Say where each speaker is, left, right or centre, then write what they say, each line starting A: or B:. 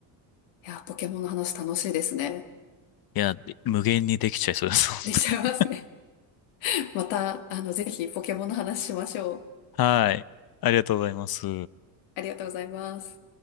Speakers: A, on the left; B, on the left.
A: いや、ポケモンの話楽しいですね。
B: いや、無限にできちゃいそうです、本当に。
A: できちゃいますね。<laughs> また、あの、ぜひポケモンの話しましょう。
B: はい。ありがとうございます。
A: ありがとうございます。